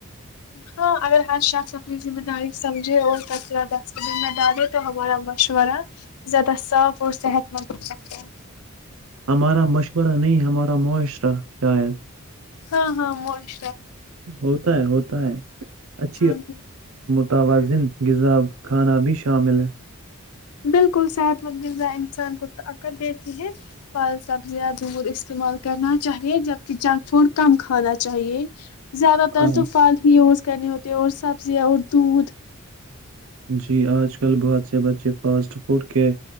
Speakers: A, on the left; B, on the right.
A: ہاں اگر ہر شخص اپنی ذمہ داری سمجھے اور سب ز دستبین میں ڈالے تو ہمارا مشورہ زیادہ صاف اور صحت مند ہو سکتا ہے
B: ہمارا مشورہ نہیں، ہمارا معاشرہ شاید
A: ہاں ہاں مش
B: ہوتا ہے ہوتا ہے <inaudible>
A: ہاں جی
B: توازن غذاب کھانا بھی شامل ہے
A: بالکل صحت مند غذا انسان کو طاقت دیتی ہے پھل سبزیاں دور استعمال کرنا چاہیے جبکہ جنک فوڈ کم کھانا چاہیے زیادہ تر
B: آ،
A: تو فال ہی یوز کرنی ہوتی اور سبزیاں اور دودھ
B: جی آج کل بہت سے بچے فاسٹ فوڈ کے